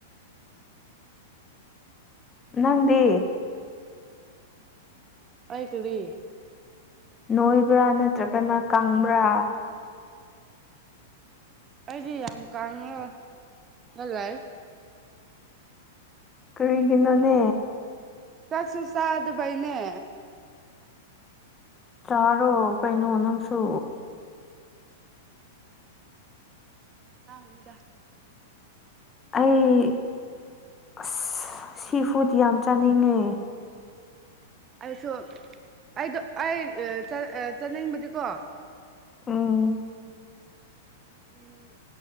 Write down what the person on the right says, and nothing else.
ꯑꯩꯥꯏ ꯀꯕꯤ
ꯑꯩꯗꯤ ꯌꯥꯝ ꯀꯥꯟꯅꯕ ꯂꯏ
ꯆꯥꯛꯁꯨ ꯁꯥ ꯑꯗꯨꯕꯩꯅꯦ
ꯑꯅꯤꯗ
ꯑꯩꯁꯨ ꯑꯩꯗꯣ ꯑꯩ ꯆꯠꯅꯤꯡꯕꯗꯤꯀꯣ
ꯎꯝ